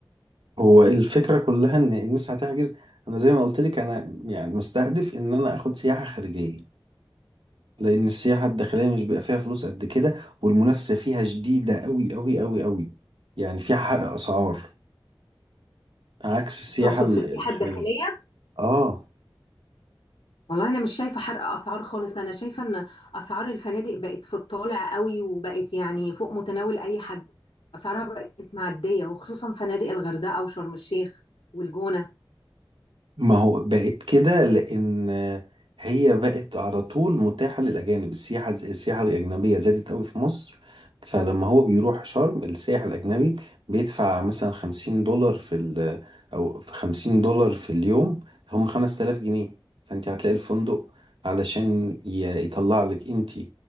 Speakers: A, on the right; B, on the left.
A: هو الفكرة كلها إن الناس هتحجز أنا زي ما قلت لك أنا يعني مستهدف إن أنا آخد سياحة خارجية لأن السياحة الداخلية مش بيبقى فيها فلوس قد كده والمنافسة فيها شديدة أوي أوي أوي أوي يعني فيها حرق أسعار عكس السياحة
B: تقصد
A: ال-
B: في السياحة
A: الخارجية
B: الداخلية
A: آه
B: والله انا مش شايفة حرق اسعار خالص انا شايفة ان اسعار الفنادق بقت في الطالع قوي وبقت يعني فوق متناول اي حد اسعارها بقت معدية وخصوصا فنادق الغردقة وشرم الشيخ والجونة
A: ما هو بقت كده لان هي بقت على طول متاحه للاجانب السياحه السياحه الاجنبيه زادت قوي في مصر فلما هو بيروح شرم السائح الاجنبي بيدفع مثلا 50 دولار في ال او في 50 دولار في اليوم هم 5000 جنيه فانت هتلاقي الفندق علشان ي- يطلع لك انت